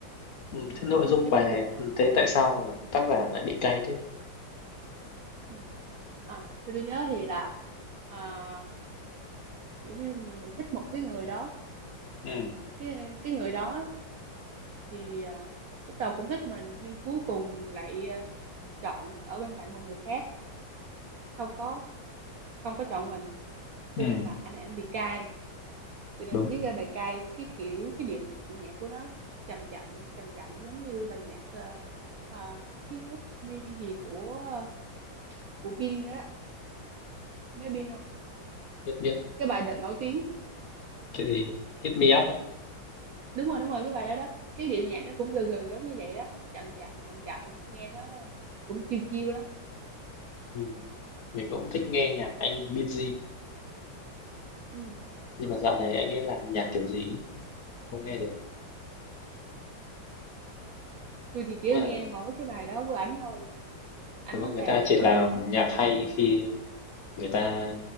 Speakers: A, on the left (about 55°); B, on the right (about 65°).
A: ừ.
B: ừ.
A: thế nội dung
B: thấy
A: bài
B: cũng
A: này
B: phù hợp
A: thế tại sao mà tác giả lại bị cay thế
B: ừ. à thì tôi nhớ thì là à, kiểu như mình thích một cái người đó
A: ừ.
B: cái cái người đó thì à, lúc đầu cũng thích mình nhưng cuối cùng lại à, chọn ở bên cạnh một người khác không có không có chọn mình cho
A: ừ.
B: nên là anh này anh bị cay cho nên
A: đúng
B: viết ra bài cay cái kiểu cái điệu nhạc của nó chậm chậm chậm chậm giống như bài nhạc uh, uh, Hit Up Me gì của uh, của Bin đó nhớ Bin không
A: biết biết
B: cái bài đợt nổi tiếng
A: cái gì hit me up á
B: đúng rồi đúng rồi cái bài đó đó cái điệu nhạc nó cũng gần gần giống như vậy đó nó chậm chậm chậm chậm nghe nó cũng chiêu chiêu lắm
A: ừ. mình cũng thích nghe nhạc anh Busy
B: ừ.
A: nhưng mà dạo này anh
B: đó.
A: ấy làm nhạc kiểu gì ấy, không nghe được
B: tôi thì chỉ
A: đúng là
B: nghe mỗi cái bài đó của ảnh thôi ảnh
A: đúng
B: không
A: là người
B: gầy
A: ta chỉ
B: như
A: làm
B: nào hả bạn
A: nhạc hay khi người ta